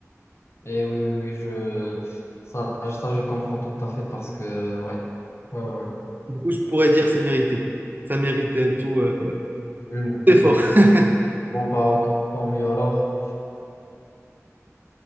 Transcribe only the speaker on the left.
Et oui, oui, oui, je... Ça, ça, je comprends tout à fait parce que, ouais. Ouais, ouais, ouais.
Mm,
mm, mm.
Bon, bah, ok, tant mieux alors.